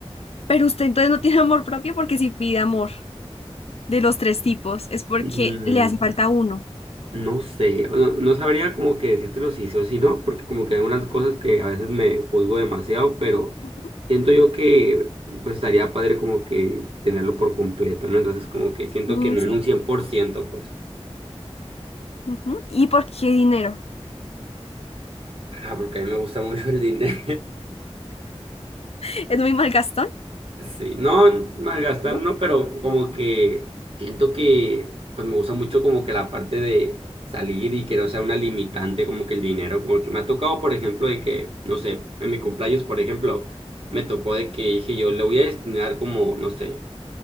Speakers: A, on the left; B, on the right.
A: Pero usted entonces no tiene amor propio porque si pide amor de los tres tipos es porque
B: Mm,
A: le hace falta uno.
B: No sé, no, no sabría como que decírtelo si sí o si no, porque como que hay unas cosas que a veces me juzgo demasiado, pero
A: Ujú.
B: siento yo que pues estaría padre como que tenerlo por completo, ¿no? Entonces como que siento
A: Mm,
B: que no
A: sí.
B: en un 100% pues,
A: Ujú. ¿Y por qué dinero?
B: ah, porque a mí me gusta mucho el dinero.
A: <laughs> ¿Es muy malgastón?
B: Sí, no, malgastar
A: ¿No?
B: no, pero como que siento que pues me gusta mucho como que la parte de salir y que no sea una limitante como que el dinero, como que me ha tocado, por ejemplo, de que, no sé, en mi cumpleaños, por ejemplo, me tocó de que dije yo le voy a destinar como, no sé,